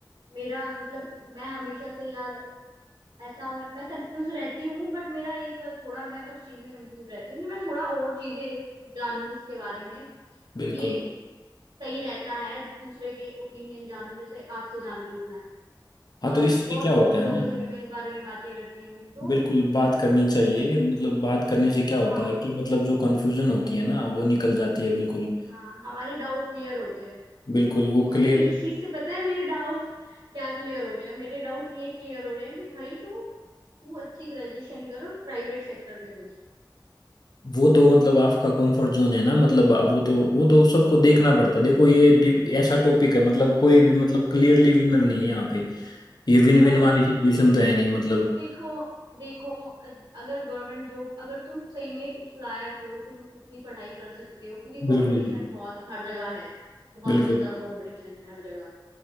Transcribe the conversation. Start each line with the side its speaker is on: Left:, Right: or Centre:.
Right: मेरा मतलब मैं हमेशा से यार ऐसा मैं, मैं कंफ्यूज रहती हूँ बट मेरा एक थोड़ा मैं उस चीज में कंफ्यूज रहती हूँ कि मैं थोड़ा और चीजें जानूं इसके बारे में कि
Left: बिल्कुल
Right: सही रहता है दूसरे के ओपिनियन जानूं जैसे आपसे जान रही हूँ मैं
Left: हाँ
Right: और
Left: तो इससे
Right: और
Left: क्या होता
Right: और लोगों
Left: है ना
Right: से भी मैं इस बारे में बातें करती हूँ तो
Left: बिल्कुल बात करनी चाहिए
Right: इससे
Left: मतलब बात करने से क्या
Right: हाँ
Left: होता है कि मतलब जो कंफ्यूजन होती है ना वो निकल जाती है बिल्कुल
Right: हाँ हमारे डाउट क्लियर होते हैं
Left: बिल्कुल वो
Right: और
Left: क्लियर
Right: इस चीज से पता है मेरे डाउट क्या क्लियर हो रहे हैं मेरे डाउट ये क्लियर हो रहे हैं कि भाई तू तू अच्छी ग्रेजुएशन कर और प्राइवेट सेक्टर में घुस
Left: वो तो मतलब आपका कंफर्ट जोन है ना मतलब वो तो वो तो सबको देखना
Right: हाँ
Left: पड़ता है देखो ये डि- ऐसा टॉपिक है मतलब कोई भी मतलब क्लियरली
Right: वही
Left: विनर नहीं है यहाँ पे ये विन
Right: और
Left: विन वाली सिचुएशन तो है नहीं मतलब
Right: देखो देखो अगर गवर्नमेंट जॉब अगर तुम सही में उस लायक हो तुम उतनी पढ़ाई कर सकते हो क्योंकि कंपटीशन
Left: बिल्कुल
Right: बहुत हर जगह है बहुत
Left: बिल्कुल
Right: गंदा कंपटीशन है हर जगह